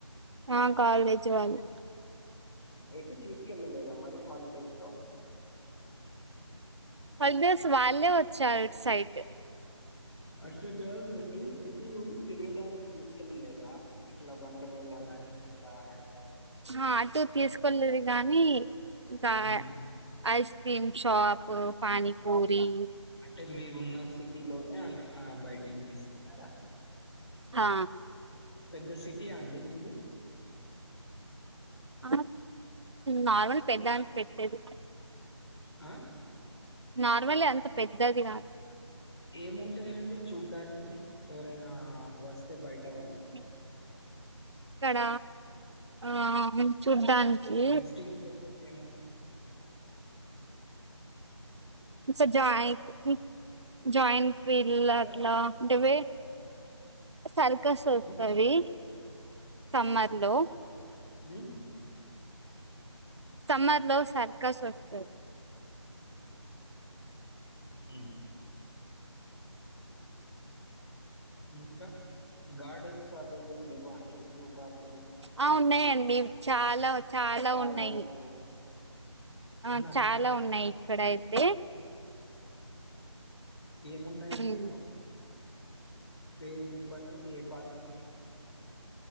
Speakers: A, on the right; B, on the left.
A: ఆ కాలేజ్ వాళ్ళు
B: ఎటు తీసుకెళ్ళలేదా మరి హాలిడేస్ లో
A: హాలిడేస్ వాళ్ళే వచ్చారు ఇటు సైడు
B: అట్లా కాదండి ఎటు తిరగాడానికి తీసకెళ్ళలేదా ఇట్లా వండర్వాల్ కానీ ఇట్లా హయ్
A: ఆ ఆటో తీసుకెళ్లలేదు గానీ ఇంకా
B: ఉమ్,
A: ఐస్ క్రీమ్ షాప్ పానీపూరీ
B: అంటే మీరున్న సిటీ లోనే ఆ బయటికి తీసుకెల్లారా
A: హా
B: పెద్ద సిటీయా అండి మీది
A: ఆ నార్మల్ పెద్దాంత పెట్టేది
B: ఆ
A: నార్మల్ అంత పెద్దది కాదు
B: ఏముంటాయండి చూడ్డానికి ఎవరైనా వస్తే బయట వాళ్ళు
A: ఇక్కడ ఆమేన్ చూడ్డానికి
B: విజిటింగ్ ప్లేసెస్ ఏముంటాయి
A: స జాయిట్ జాయింట్ వీళ్ళ అట్లా
B: ఆ?
A: ఉంటవే సర్కస్ వస్తది
B: ఉమ్,
A: సమ్మర్ లో
B: హ్మ్
A: సమ్మర్ లో సర్కస్ వస్తది
B: ఉమ్ ఇంకా గార్డెన్స్ అవి ఏం లేవా అండి జూ పార్క్
A: ఆ ఉన్నాయండి చాలా చాలా
B: ప్యాలెస్లు
A: ఉన్నాయి ఆ
B: ఉన్నాయా
A: చాలా
B: అండి
A: ఉన్నాయి ఇక్కడ అయితే
B: ఏమున్నాయండి
A: ఉమ్
B: పేరు చెప్పండి ఏ పార్క్ ఉంది